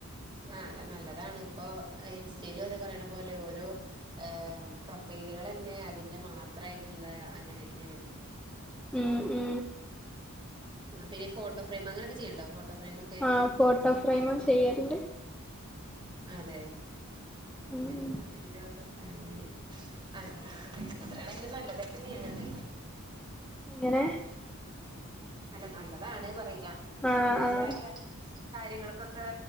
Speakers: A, on the right; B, in the centre.
A: ആഹ് നല്ലതാണ് ഇപ്പോ ഇൻസ്റ്റലും അതെ പറിണെ പോലെ യോ ഓരോ ഹ് പ്രൊഫൈലുകളെന്നെ അതിന്റെ മാത്രയിട്ടുള്ള അങ്ങനെക്കെണ്
B: മ് മ്
A: ആഹ് പിന്നെ ഫോട്ടോ ഫ്രയിം അങ്ങനൊക്കെ ചെയ്യ്ണ്ടോ ഫോട്ടോ ഫ്രെയിം ഒക്കെ
B: ആഹ് ഫോട്ടോ ഫ്രെയിമും ചെയ്യല്ണ്ട്
A: അതെ
B: ഉം
A: മ്
B: ഉം
A: അങ്ങനെ <unintelligible> നല്ലതൊക്കെ ഏണത്
B: ഇങ്ങനെ
A: അല്ല നല്ലതാണ് പറയാ നമ്മടേതായ
B: ആഹ് ആഹ്
A: കാര്യങ്ങൾക്കോക്കെ